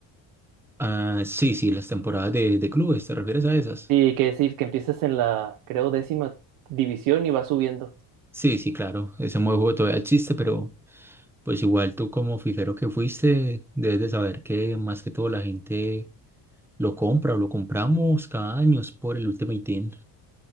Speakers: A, in the centre; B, on the right.
A: ah, sí, sí, las temporadas de, de clubes, ¿te refieres a esas?
B: sí, que decir, que empiezas en la, creo, décima división y vas subiendo.
A: Sí, sí, claro, ese modo de juego todavía existe, pero Pues igual tú como fijero que fuiste, debes de saber que más que todo la gente lo compra o lo compramos cada año es por el Ultimate Team.